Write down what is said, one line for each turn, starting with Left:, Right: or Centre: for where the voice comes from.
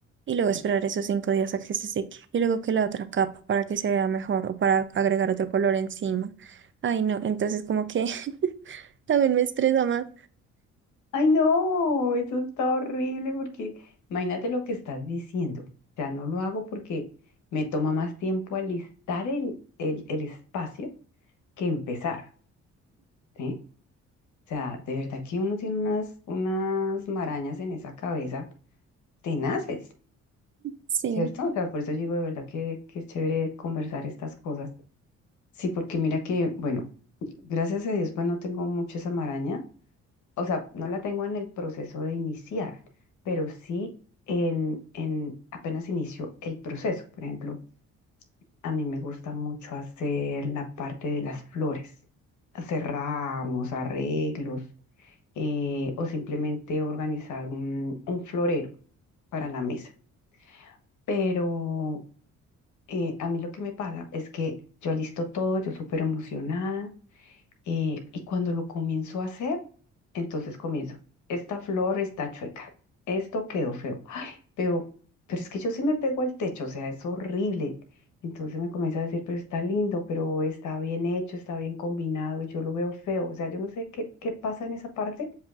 Right: Y luego esperar esos cinco días a que se seque. Y luego que la otra capa para que se vea mejor o para agregar otro color encima. Ay, no, entonces como que <laughs> también me estresa más.
Left: Ay, no, eso está horrible porque imagínate lo que estás diciendo. O sea, no lo hago porque me toma más tiempo alistar el, el, el espacio que empezar, ¿sí? O sea, de verdad que uno tiene unas, unas marañas en esa cabeza tenaces,
Right: Sí,
Left: ¿cierto? O sea, por eso digo de verdad que, que es chévere conversar estas cosas. Sí, porque mira que, bueno, gracias a Dios, pues no tengo mucho esa maraña o sea, no la tengo en el proceso de iniciar, pero sí en, en apenas inicio el proceso. Por ejemplo, a mí me gusta mucho hacer la parte de las flores, hacer ramos, arreglos, eh, o simplemente organizar un, un florero para la mesa. Pero eh, a mí lo que me pasa es que yo alisto todo, yo súper emocionada Eh, y cuando lo comienzo a hacer, entonces comienzo. Esta flor está chueca. Esto quedó feo. Pero, pero es que yo sí me pego al techo, o sea, es horrible. Entonces me comienza a decir, pero está lindo, pero está bien hecho, está bien combinado y yo lo veo feo. O sea, yo no sé qué, qué pasa en esa parte,